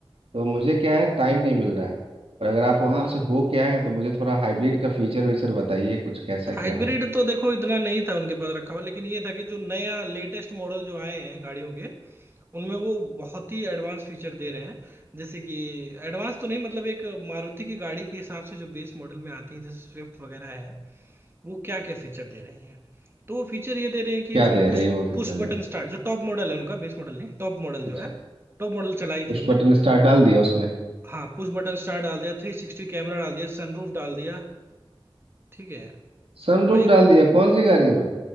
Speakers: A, on the right; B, on the right.
A: तो मुझे क्या है टाइम नहीं मिल रहा है और अगर आप वहां से हो के आए हैं तो मुझे थोड़ा हाइब्रिड का फीचर वीचर बताइए कुछ कैसा क्या
B: हाइब्रिड
A: है
B: तो देखो इतना नहीं था उनके पास रखा हुआ लेकिन ये था कि जो नया लेटेस्ट मॉडल जो आए हैं गाड़ियों के उनमें वो बहुत ही एडवांस फीचर दे रहे हैं जैसे कि एडवांस तो नहीं मतलब एक मारुति की गाड़ी के हिसाब से जो बेस मॉडल में आती है जैसे स्विफ्ट वगैरह है वो क्या क्या फीचर दे रही है तो वो फीचर ये दे रहे हैं कि
A: क्या
B: उसमें
A: दे
B: पुश
A: रही है वो फीचर
B: पुश
A: में
B: बटन स्टार्ट जो टॉप मॉडल है उनका बेस मॉडल नहीं टॉप मॉडल जो
A: अच्छा
B: है टॉप मॉडल चलाई
A: पुश
B: थी हमने
A: बटन स्टार्ट डाल दिया उसमें
B: हाँ पुश बटन स्टार्ट डाल दिया थ्री सिक्सटी कैमरा डाल दिया सनरूफ डाल दिया ठीक है
A: सनरूफ
B: भाई
A: डाल दिया कौन सी गाड़ी में